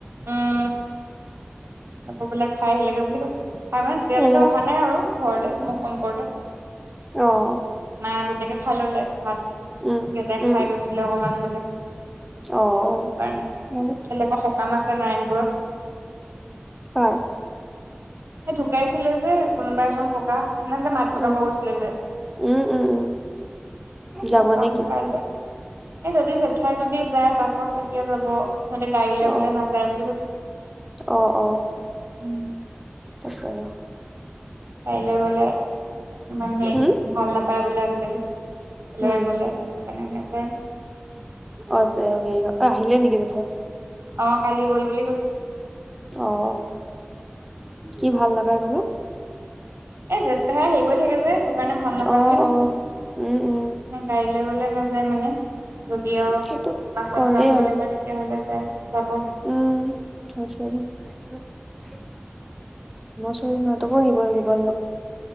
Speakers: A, on the right; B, in the centre.
A: অঁ। আকৌ বোলে খায় আহিলেগে বুলি কৈছে, তাৰমানে তেতিয়ালেকে
B: অ,
A: অহা নাই আৰু ঘৰলে মই ফোন কৰোতে।
B: অঁ।
A: মায়ে আগটিয়াকে খায় ললে ভাত,
B: উম,
A: দেউতাই
B: উম,
A: খায় গৈছিলে অকমান বোলে।
B: অ।
A: <inaudible> কাইলে
B: মানে
A: আক সকাম আছে নাৰায়ণপুৰত।
B: হয়।
A: সেই ঢুকাইছিলে যে কোনোবা এজন ককা, সেইদিনা যে মাত লগাব
B: উম,
A: গৈছিলে বুলে।
B: উম উম উম। যাব
A: সকাম
B: নেকি
A: <inaudible> এই যদি জেঠাই যদি যায় বাছত তেতিয়া যাব। সিহঁতে গাড়ী লৈ
B: অহ
A: গ'লে নাযায় বুলি কৈছে
B: অহ অহ।
A: উম
B: তাকেহে।
A: গাড়ী লৈ গলে মানুহে
B: হম
A: ভাল নাপায় বোলে আজিকালি। গলে
B: উম
A: সেইটো কাৰণে নেযায়।
B: অযে হেৰি অ, ঐ আহিলে নেকি জেঠাই? <inaudible>
A: অ কালি গ'ল বুলি কৈছে
B: অ অ, কি ভাল নেপায় কলে?
A: এই জেঠ পেহাই হেৰি কৰি থাকে যে সেইটো কাৰণে ভাল নাপায়
B: অ
A: বুলি কৈছে।
B: অ উম উম
A: গাড়ী লৈ গলে নাযায় মানে, যদি আও
B: সেইটো
A: বাছত
B: কৰে
A: যাম
B: আৰু
A: বুলি কয় তেতিয়া হলে যাই যাব।
B: উম <inaudible> <inaudible> সিহঁতকো নিব লাগিব <inaudible>